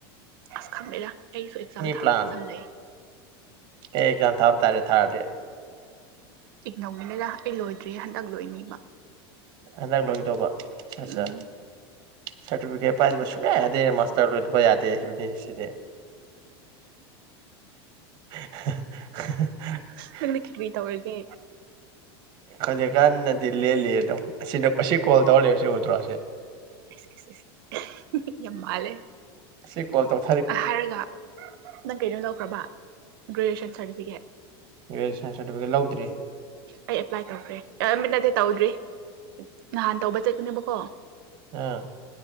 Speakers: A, on the right; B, on the right.
A: ꯑꯁ ꯈꯪꯗꯦꯗ ꯑꯩꯁꯨ ꯑꯦꯛꯖꯥꯝ ꯊꯥ
B: ꯄ꯭ꯂꯥꯟ
A: ꯑꯦꯛꯖꯥꯝ ꯂꯩ
B: ꯀꯩ ꯑꯦꯛꯖꯥꯝ ꯊꯥꯕ ꯇꯥꯔꯦ ꯊꯥꯔꯗꯤ
A: ꯏꯛꯅꯧꯒꯝꯅꯤꯗ ꯑꯩ ꯂꯣꯏꯗ꯭ꯔꯤ ꯍꯟꯗꯛ ꯂꯣꯏꯅꯦꯕ
B: ꯍꯟꯗꯛ ꯂꯣꯏꯒꯗꯧꯕ ꯑꯁꯥ
A: ꯎꯝ
B: ꯁꯥ ꯁꯔꯇꯤꯐꯤꯒꯦꯠ ꯄꯥꯏꯗꯥꯕ ꯁꯨꯛꯌꯥ ꯌꯥꯗꯦ ꯗꯦ ꯃꯥꯁꯇꯔ ꯂꯣꯏꯗꯕ ꯌꯥꯗꯦ ꯍꯥꯏꯕꯅꯤ ꯁꯤꯗꯤ <unintelligible>
A: ꯅꯪꯗꯤ ꯀꯔꯤ ꯀꯔꯤ ꯇꯧꯔꯒꯦ
B: ꯍꯧꯖꯤꯛ ꯀꯥꯟꯗꯗꯤ ꯗꯤꯜ ꯂꯦꯜꯂꯤ ꯑꯗꯨꯝ ꯑꯁꯤꯗ ꯑꯁꯤ ꯀꯣꯜ ꯇꯧ ꯂꯩꯕꯁꯦ ꯎꯗ꯭ꯔꯣ
A: ꯑꯦꯁ ꯑꯦꯁ ꯑꯦꯁ ꯌꯥꯝ ꯃꯥꯜꯂꯦ
B: ꯁꯤ ꯀꯣꯜ ꯇꯧ
A: ꯍꯥꯏꯔꯒ ꯅꯪ ꯀꯩꯩꯅꯣ ꯂꯧꯈ꯭ꯔꯕ ꯒ꯭ꯔꯦꯖꯨꯌꯦꯁꯟ ꯁꯥꯔꯇꯤꯐꯤꯀꯦꯠ
B: ꯚ꯭ꯔꯦꯖꯨꯌꯦꯁꯟ ꯁꯥꯔꯇꯤꯐꯤꯀꯦꯠ ꯂꯧꯗ꯭ꯔꯤ
A: ꯑꯩ ꯑꯦꯄ꯭ꯂꯥꯏ ꯇꯧꯈ꯭ꯔꯦ ꯑ ꯑꯅꯠꯇꯦ ꯇꯧꯗ꯭ꯔꯤ ꯅꯍꯥꯟ ꯇꯧꯕ ꯆꯠꯄꯅꯦꯕꯀꯣ
B: ꯑꯥ